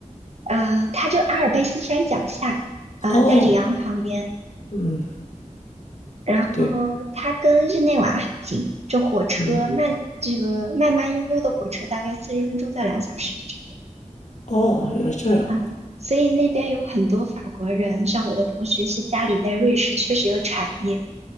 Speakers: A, on the right; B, on the left.
A: 嗯、它就阿尔卑斯山脚下，呃，
B: 哦，
A: 在里昂旁边。
B: 嗯，
A: 然后它跟日内瓦很近，
B: 对，
A: 这火车慢，
B: 嗯，
A: 这个慢慢悠悠的火车大概四十分钟到两小时就可以。
B: 哦，原来是这样。
A: 嗯，所以那边有很多法国人，像我的同学是家里在瑞士，确实有产业，